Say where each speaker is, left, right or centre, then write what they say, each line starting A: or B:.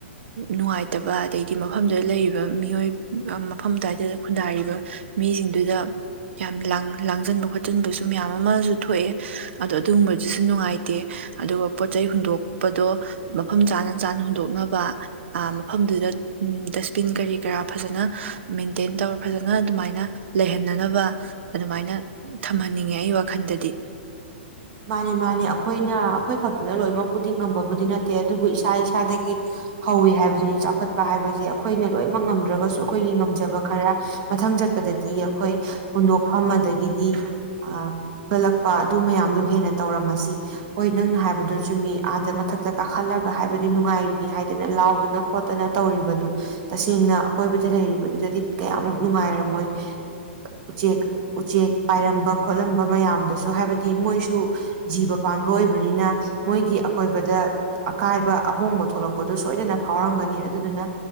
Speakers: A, on the right; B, on the right.
A: ꯅꯨꯡꯉꯥꯏꯇꯕ ꯑꯗꯩꯗꯤ ꯃꯐꯝꯗꯨꯗ ꯂꯩꯔꯤꯕ ꯃꯤꯑꯣꯏ ꯃꯐꯝ ꯑꯗꯨꯋꯥꯏꯗ ꯈꯨꯟꯗꯥꯔꯤꯕ ꯃꯤꯁꯤꯡꯗꯨꯗ ꯌꯥꯝ ꯂ ꯂꯥꯡꯖꯟꯕ ꯈꯣꯠꯆꯤꯟꯕꯁꯨ ꯃꯌꯥꯝ ꯑꯃꯁꯨ ꯊꯣꯛꯑꯦ ꯑꯗꯣ ꯑꯗꯨꯒꯨꯝꯕꯗꯨꯁꯨ ꯅꯨꯡꯉꯥꯏꯇꯦ ꯑꯗꯨꯒ ꯄꯣꯠ ꯆꯩꯩ ꯍꯨꯟꯗꯣꯛꯄꯗꯣ ꯃꯐꯝ ꯆꯥꯅ ꯆꯥꯅ ꯍꯨꯟꯗꯣꯛꯅꯕ ꯃꯐꯝꯗꯨꯗ ꯗꯁꯕꯤꯟ ꯀꯔꯤ ꯀꯔꯥ ꯐꯖꯅ ꯃꯦꯟꯇꯦꯟ ꯇꯧꯔ ꯐꯖꯅ ꯑꯗꯨꯃꯥꯏꯅ ꯂꯩꯍꯟꯅꯅꯕ ꯑꯗꯨꯃꯥꯏꯅ ꯊꯝꯍꯟꯅꯤꯡꯉꯦ ꯑꯩ ꯋꯥꯈꯜꯗꯗꯤ
B: ꯃꯥꯅꯦ ꯃꯥꯅꯦ ꯑꯩꯈꯣꯏꯅ ꯑꯩꯈꯣꯏ ꯈꯛꯇ ꯑꯗꯨꯅ ꯂꯣꯏꯅꯃꯛꯄꯨꯗꯤ ꯉꯝꯕꯕꯨꯗꯤ ꯅꯠꯇꯦ ꯑꯗꯨꯕꯨ ꯏꯁꯥ ꯏꯁꯥꯗꯒꯤ ꯍꯧꯋꯤ ꯍꯥꯏꯕꯗꯨꯅꯤ ꯆꯥꯎꯈꯠꯄ ꯍꯥꯏꯕꯁꯦ ꯑꯩꯈꯣꯏꯅ ꯂꯣꯏꯅꯃꯛ ꯉꯝꯗ꯭ꯔꯒꯁꯨ ꯑꯩꯈꯣꯏꯒꯤ ꯉꯝꯖꯕ ꯈꯔ ꯃꯊꯪ ꯆꯠꯄꯗꯗꯤ ꯑꯩꯈꯣꯏ ꯍꯨꯟꯗꯣꯛꯐꯝ ꯑꯗꯒꯤꯗꯤ ꯑ ꯀꯒꯠꯂꯛꯄ ꯑꯗꯨ ꯃꯌꯥꯝꯗꯨ ꯍꯦꯟꯅ ꯇꯧꯔꯝꯃꯁꯤ ꯍꯣꯏ ꯅꯪꯅ ꯍꯥꯏꯕꯗꯨꯁꯨꯨꯝꯃꯤ ꯑꯥꯗ ꯃꯊꯛꯇ ꯀꯥꯈꯠꯂꯒ ꯍꯥꯏꯕꯗꯤ ꯅꯨꯡꯉꯥꯏꯔꯤꯅꯤ ꯍꯥꯏꯗꯅ ꯂꯥꯎꯗꯅ ꯈꯣꯠꯇꯅ ꯇꯧꯔꯤꯕꯗꯨ ꯇꯁꯦꯡꯅ ꯑꯀꯣꯏꯕꯗ ꯂꯩꯔꯤꯕꯗꯨꯗꯗꯤ ꯀꯌꯥꯃꯨꯛ ꯅꯨꯡꯉꯥꯏꯔꯝꯃꯣꯏ ꯎꯆꯦꯛ ꯎꯆꯦꯛ ꯄꯥꯏꯔꯝꯕ ꯈꯣꯠꯂꯝꯕ ꯃꯌꯥꯝꯗꯁꯨ ꯍꯥꯏꯕꯗꯤ ꯃꯣꯏ ꯁꯨ ꯖꯤꯕ ꯄꯥꯟꯕ ꯑꯣꯏꯕꯅꯤꯅ ꯃꯣꯏꯒꯤ ꯑꯀꯣꯏꯕꯗ ꯑꯀꯥꯏꯕ ꯑꯍꯣꯡꯕ ꯊꯣꯛꯂꯛꯄꯗꯣ ꯁꯣꯏꯗꯅ ꯐꯥꯎꯔꯝꯒꯅꯤ ꯑꯗꯨꯗꯨꯅ